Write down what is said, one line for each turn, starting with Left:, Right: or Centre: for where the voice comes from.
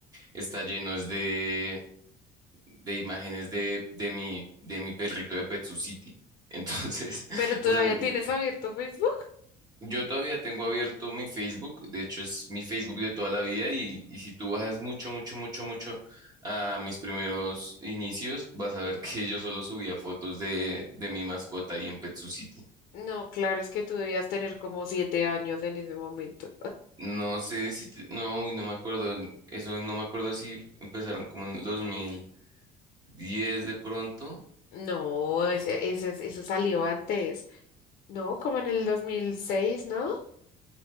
Right: está lleno es de de imágenes de, de mi, de mi perrito de Pet City. Entonces, <laughs>
Left: ¿Pero todavía
Right: o sea, n-
Left: tienes abierto Facebook?
Right: yo todavía tengo abierto mi Facebook, de hecho es mi Facebook de toda la vida y, y si tú bajas mucho, mucho, mucho, mucho a mis primeros inicios, vas a ver <laughs> que yo solo subía fotos de, de mi mascota ahí en Pet City.
Left: No, claro, es que tú debías tener como siete años en ese momento.
Right: No sé si, te- no, uy, no me acuerdo, eso no me acuerdo si empezaron como en el 2010 de pronto
Left: No, ese, ese, eso salió antes. No, como en el 2006, ¿no?